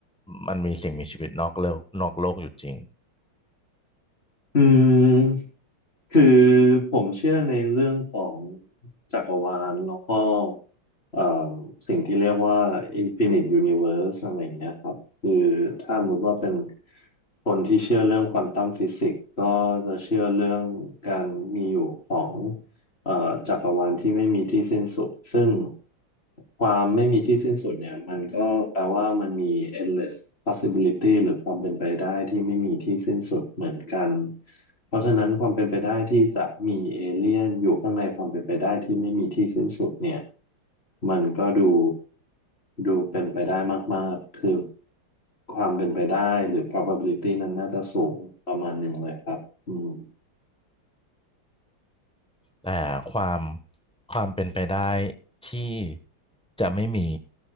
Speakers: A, in the centre; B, on the left.
A: มันมีสิ่งมีชีวิตนอกโลกนอกโลกอยู่จริง
B: อืมคือผมเชื่อในเรื่องของจักรวาลแล้วก็ เอ่อสิ่งที่เรียกว่า Infinite Universe อะไรอย่างเงี้ยครับคือถ้าสมมติว่าเป็นคนที่เชื่อเรื่องควอนตัมฟิสิกส์ก็จะเชื่อเรื่องการมีอยู่ของเอ่อจักรวาลที่ไม่มีที่สิ้นสุดซึ่งความไม่มีที่สิ้นสุดเนี่ยมันก็แปลว่ามันมี endless possibility หรือความเป็นไปได้ที่ไม่มีที่สิ้นสุดเหมือนกันเพราะฉะนั้นความเป็นไปได้ที่จะมีเอเลี่ยนอยู่ข้างในความเป็นไปได้ที่ไม่มีที่สิ้นสุดเนี่ย มันก็ดูดูเป็นไปได้มากๆคือความเป็นไปได้หรือ probability นั้นน่าจะสูงประมาณหนึ่งเลยครับอืม
A: แต่ความความเป็นไปได้ที่จะไม่มี